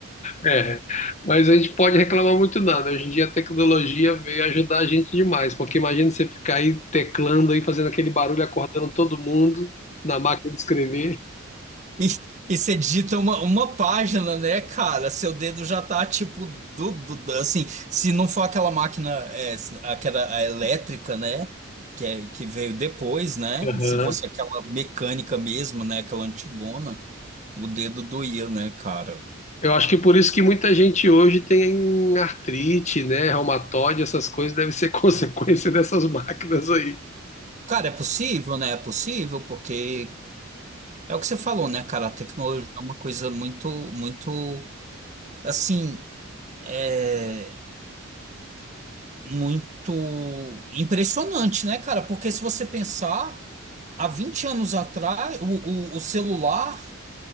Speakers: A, on the left; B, on the right.
A: É. Mas a gente pode reclamar muito nada. Hoje em dia a tecnologia veio ajudar a gente demais, porque imagina você ficar aí teclando aí, fazendo aquele barulho, acordando todo mundo na máquina de escrever.
B: <laughs> E, e você digita uma, uma página, né, cara? Seu dedo já tá tipo do, do- do- assim, se não for aquela máquina, é, se- aquela a elétrica, né? Que, é- que veio depois, né?
A: Aham.
B: Se fosse aquela mecânica mesmo, né? Aquela antigona, o dedo doía, né, cara?
A: Eu acho que por isso que muita gente hoje tem artrite, né, reumatoide, essas coisas devem ser <laughs> consequência dessas máquinas aí.
B: Cara, é possível, né? É possível, porque é o que você falou, né, cara? A tecnologia é uma coisa muito, muito, assim, é muito impressionante, né, cara? Porque se você pensar, há 20 anos atrás, o, o, o celular,